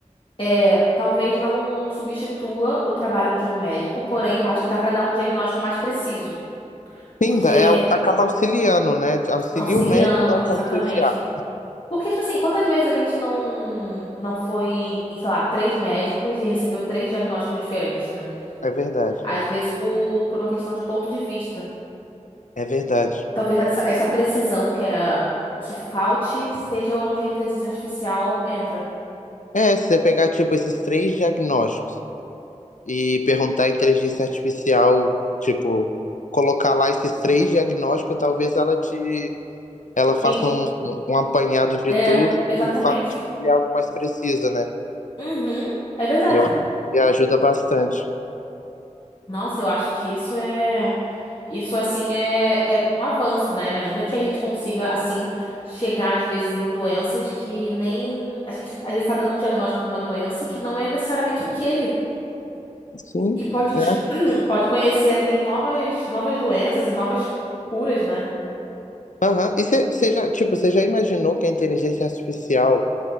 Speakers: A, on the left (about 45°); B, on the left (about 80°).
A: é, talvez não substitua o trabalho de um médico, porém eu acho que dá pra dar um diagnóstico mais preciso, porque
B: Sim, dá- é, au- acaba auxiliando, né? Auxilia
A: auxiliando,
B: o médico a te
A: exatamente.
B: auxiliar.
A: Porque, tipo assim, quantas vezes a gente não, não foi em, sei lá, três médicos e recebeu três diagnósticos diferentes, né?
B: É verdade.
A: Às vezes por, por uma questão de ponto de vista.
B: É verdade.
A: Talvez essa, essa precisão que, é, que falte seja onde a inteligência artificial entra.
B: É, se você pegar, tipo, esses três diagnósticos. e perguntar à inteligência artificial, tipo, colocar lá esses três diagnósticos, talvez ela te ela faça
A: Sim.
B: um, um apanhado de
A: É,
B: tudo
A: exatamente.
B: e faça tipo, olhar algo mais preciso, né?
A: Uhum, é verdade.
B: Eu acho que ajuda bastante.
A: Nossa, eu acho que isso é. Isso, assim, é, é um avanço, né? Imagina que a gente consiga, assim, chegar, às vezes, em doenças que nem... A gente, às vezes, tá dando um diagnóstico de uma doença que não é necessariamente aquele.
B: Sim,
A: E pode,
B: né?
A: <clears throat> pode conhecer ali novas, novas doenças e novas curas, né?
B: Aham. E você já, tipo, você já imaginou que a inteligência artificial